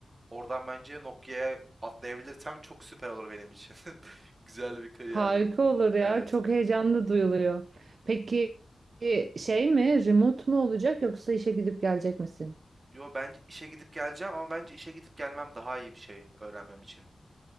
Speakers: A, on the right; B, on the right.
A: Oradan bence Nokia'ya atlayabilirsem çok süper olur benim için. <laughs> Güzel bir kariyer
B: Harika
A: ol-
B: olur
A: olur.
B: ya.
A: Evet.
B: Çok heyecanlı duyuluyor. Peki e, şey mi, remote mu olacak yoksa işe gidip gelecek misin?
A: Yo bence işe gidip geleceğim ama bence işe gidip gelmem daha iyi bir şey öğrenmem için.